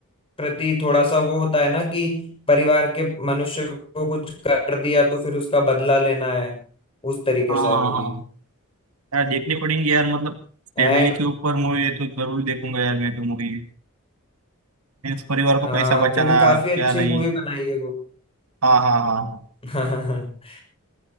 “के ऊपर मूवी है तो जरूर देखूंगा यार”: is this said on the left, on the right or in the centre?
Right